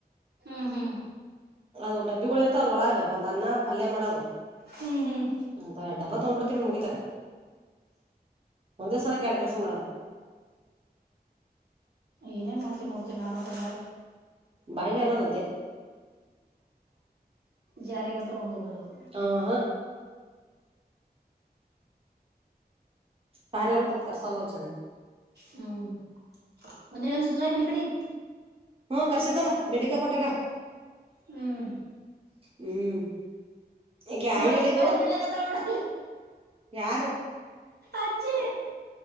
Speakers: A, on the right; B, on the right.
A: ಹ್ಮ್ ಹ್ಮ್
B: ಅದು ಡಬ್ಬಿಗಳ ಇರ್ತ ಲ್ ಒಳಗ ಒಂದ್ ಅನ್ನ ಪಲ್ಯ ಮಾಡೋದು
A: ಹ್ಮ್ ಹ್ಮ್
B: ಅ ಡಬ್ಬ ತಗ್ಬಿಡ್ತ ಮುಗಿ ತಕೊಂಡ ಒಂದೇ ಸಲಕ್ಕೆ ಎರಡ್ ಕೆಲಸ ಮಾಡದು ಹಮ್
A: ಏನೇನ್ ಮಾಡ್ತೀಿ ನೋಡ್ತಿ ನಾನು ಕಣ್ಣಾರ
B: ಬಯಲ ಎನ ತಂದೆ
A: ಜಾರಿಗಂತ ಒಂದು ಬರಲು
B: ಆ ಹಾ ಕಾರಾರರೂಪಕ ತ ಚಲಾವ
A: ಹ್ಮ್ ಬಂದ್ರಿ ಏನ್ ಸುಸಲಾಯಿ ಮನಿ ಕಡಿ
B: ಹ್ಮ ಕರ್ಸಿದ್ದಲ್ಲ ಬೆಂಡಿಕಾಯ ಕೊಟ್ಟಾಗ
A: ಹ್ಮ್
B: ಹ್ಮ್ ಯಾಕೆ ಆಯಿ
A: ನೋಡಕ
B: ಬಲಿದು
A: ಕಡೆ ಬಿಡ್ಲಕ್ಕತ್ತವ ನೋಡ
B: ಯಾರು
A: ಅಜ್ಜಿ